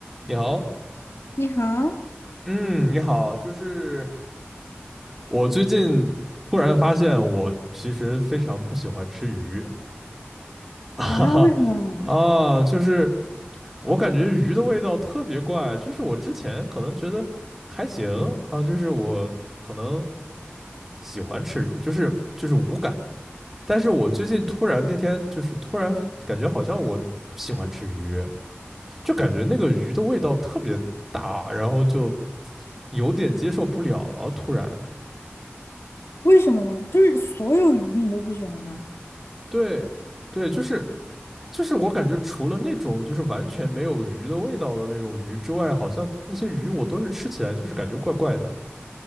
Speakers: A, in the centre; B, on the left.
A: 你好，
B: 你好，
A: 嗯，你好，就是我最近忽然发现，我其实非常不喜欢吃鱼，<laughs> 哈哈啊，
B: 啊？为什么？
A: 就是我感觉鱼的味道特别怪，就是我之前可能觉得还行啊，就是我可能喜欢吃鱼，就是就是无感，但是我最近突然那天就是突然感觉好像我不喜欢吃鱼，就感觉那个鱼的味道特别大，然后就。有点接受不了了，突然，
B: 为什么呢？就是所有鱼你都不喜欢吗？
A: 对对，就是就是我感觉除了那种就是完全没有鱼的味道的那种鱼之外，好像那些鱼我都是吃起来就是感觉怪怪的，